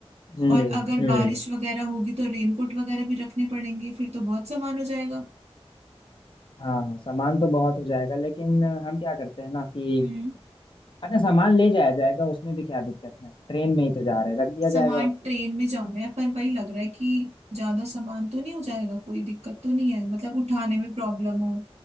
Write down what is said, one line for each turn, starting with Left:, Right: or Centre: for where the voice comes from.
Left: हम्म
Right: और अगर
Left: हम्म
Right: बारिश वगैरह होगी तो रेनकोट वगैरह भी रखने पड़ेंगे फिर तो बहुत सामान हो जाएगा
Left: हाँ सामान तो बहुत हो जाएगा लेकिन हम क्या करते हैं ना कि
Right: हम्म
Left: अच्छा सामान ले जाया जाएगा उसमें भी क्या दिक्कत है ट्रेन में ही तो जा रहे हैं रख दिया
Right: सामान
Left: जाएगा
Right: ट्रेन में जा रहे हैं पर वही लग रहा है कि ज्यादा सामान तो नहीं हो जाएगा कोई दिक्कत तो नहीं है मतलब उठाने में प्रॉब्लम हो